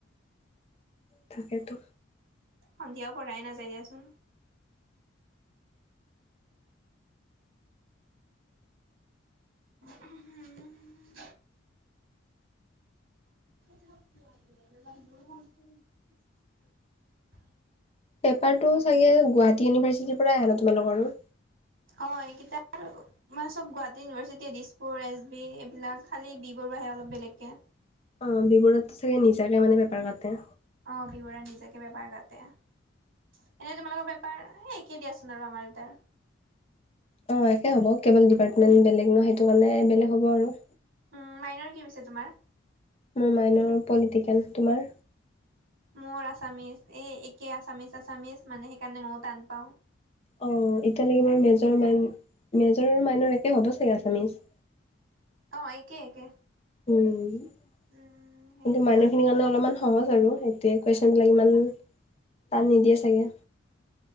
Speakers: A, on the right; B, on the left.
A: <unintelligible>
B: তাকেতো।
A: সন্ধিয়া পঢ়াই নাযায় দিয়াচোন। হম <unintelligible>
B: পেপাৰটো চাগে গুৱাহাটী ইউনিভাৰ্চিটিৰ পৰাই আহে ন তোমালোকৰো।
A: অ একেটাই আৰু মানে চব Guwahati university Dispur S B এইবিলাক খালি বি। হে অলপ বেলেগকে।
B: অ বি বৰুৱা ত চাগে নিজাকে মানে পেপাৰ কাটে।
A: অ বি বৰাত নিজকে পেপাৰ কাটে এনে তোমালোকৰ পেপাৰ এ একেই দিয়াচোন আৰু আমাৰ এ তাৰ
B: অ একে হ'ব কেৱল ডিপাৰ্টমেণ্ট বেলেগ ন সেইটো কাৰণে বেলেগ হ'ব আৰু
A: উ মাইনৰ কি পিছে তোমাৰ
B: মোৰ মাইনৰ পলিটিকেল তোমাৰ
A: মোৰ আচামিজ এই একে আছামিজ আচামিজ মানে সেইকাৰণে মইও টান পাও
B: অ এতিয়ালৈকে মোৰ মেজৰ নাই মেজৰ আৰু মাইনৰ একে হ'ব চাগে আচামিজ
A: অ একে একে
B: উম কিন্তু
A: উম সেইটো
B: মানুহখিনিৰ কাৰণে অলপমান সহজ আৰু সেইটোয়ে কোৱেইছন বিলাক ইমান টান নিদিয়ে চাগে